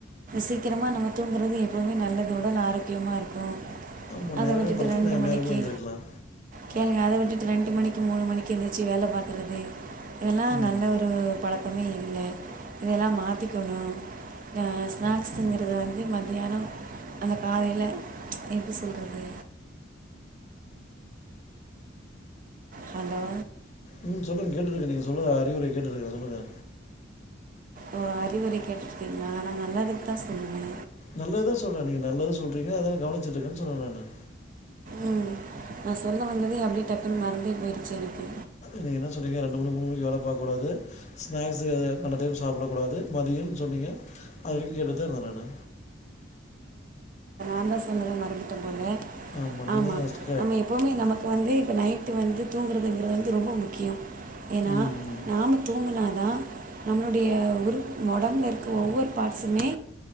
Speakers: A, on the right (about 45°); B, on the left (about 40°).
A: சீக்கிரமா நம்ம தூங்குறது எப்பவுமே நல்லது உடல் ஆரோக்கியமா இருக்கு
B: ஆமாம்
A: அத
B: நேரமே
A: விட்டுட்டு
B: படுத்தா
A: ரெண்டு
B: நே
A: மணிக்கி
B: நேரமே எழுந்திரிக்கலாம்
A: கேளுங்க அத விட்டுட்டு ரெண்டு மணிக்கு மூணு மணிக்கு எந்திச்சு வேல பாக்குறது இதெல்லா
B: ம்
A: நல்ல ஒரு பழக்கமே இல்ல இதெல்லா மாத்திக்கணு இந்த ஸ்நாக்ஸுங்கிறது வந்து மத்தியானோ அந்த காலையில எப்டி சொல்றது ஹலோ
B: ம் சொல்லுங்க கேட்டுட்ருக்கே நீங்க சொல்லுங்க அறிவுரை கேட்டுட்ருக்கே சொல்லுங்க
A: ஒ அறிவுரை கேட்டுருந்தீங்களா நா நல்லதுக்கு தா சொல்லுவே
B: நல்லதுதா சொல்றீங்க நீங்க நல்லது சொல்றீங்க அதா கவனிச்சட்டுருக்கென்னு சொன்னே நானு
A: ம் நா சொல்ல வந்ததே அப்டியே டக்குன்னு மறந்தே போயிடுச்சு எனக்கு
B: நீங்க என்ன சொன்னீங்க ரெண்டு மணி மூணு மணிக்கு வேல பாக்கக்கூடாது ஸ்நாக்ஸ் கண்ட டைம் சாப்பிடக்க கூடாது மதியம்னு சொன்னீங்க அது வரைக்கு கேட்டுட்டு தா இருந்தே நானு
A: அந்த சொன்னத மறந்துட்ட போல
B: நான் ஆமாம் நீங்கள்
A: ஆமா
B: தான் ஸ்டக்க
A: நம்ம எப் எப்போவுமே நமக்கு வந்து இப்போ நைட்டு வந்து தூங்குறதுங்கிறது வந்து ரொம்ப முக்கியோ ஏன்னா
B: ம்
A: நாம தூங்குனா தா நம்மளுடைய உறுப் ஒடம்புல இருக்க ஒவ்வொரு பார்ட்ஸூமே